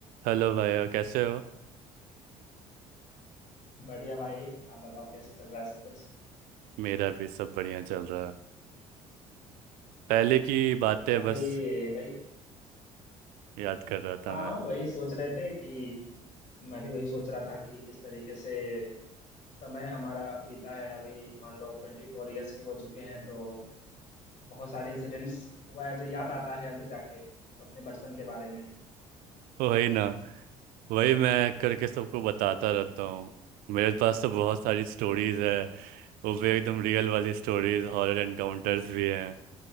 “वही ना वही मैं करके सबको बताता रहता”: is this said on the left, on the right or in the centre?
Right